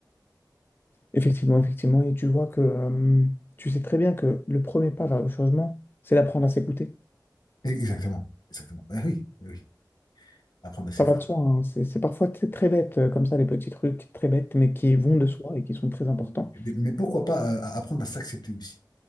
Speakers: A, on the left; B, on the left.
A: Effectivement, effectivement. Et tu vois que euh, tu sais très bien que le premier pas vers le changement, c'est d'apprendre à s'écouter.
B: Et- Exactement, exactement. Eh oui, eh oui, apprendre à s'écouter.
A: Ça va de soi, hein. C'est c'est parfois t- très bête, euh, comme ça, les petits trucs très bêtes, mais qui vont de soi et qui sont très importants.
B: Mais mais pourquoi pas euh, à- apprendre à s'accepter aussi?